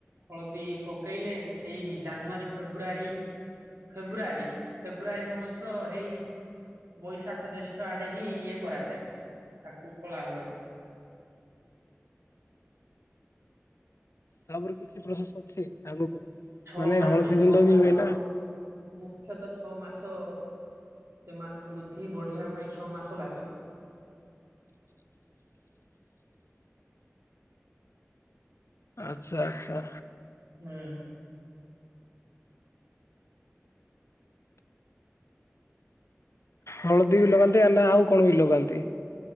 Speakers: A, on the right; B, on the left.
A: ହଳଦୀ ପକେଇଲେ ସେଇ ଜାନୁଆରୀ ଫେବୃଆରୀ ଫେବୃଆାରୀ ଫେବୃଆାରୀ ନୁହେଁ ତ ହେଇ ବୈଶାଖ ଜ୍ୟେଷ୍ଠ ଆଡେ ହିଁ ଇଏ କରାଯାଏ ତାକୁ ଖୋଳା ହୁଏ।
B: ତାପରେ କିଛି ପ୍ରୋସେସ ଅଛି ଆଗକୁ?
A: ଛଅ
B: ମାନେ
A: ମାସ
B: ହଳଦୀ ଗୁଣ୍ଡ
A: ଛଅ ମାସ
B: ବି ହୁଏ ନା
A: ମୁଖ୍ୟତଃ ଛଅ ମାସ ସେମାନଙ୍କୁ ବୃଦ୍ଧି ବଢିବା ପାଇଁ ଛଅ ମାସ ଲାଗେ।
B: <inaudible> ଆଛା ଆଛା।
A: ହୁଁ।
B: ହଳଦୀ ବି ଲଗାନ୍ତି ନା ଆଉ କଣ ବି ଲଗାନ୍ତି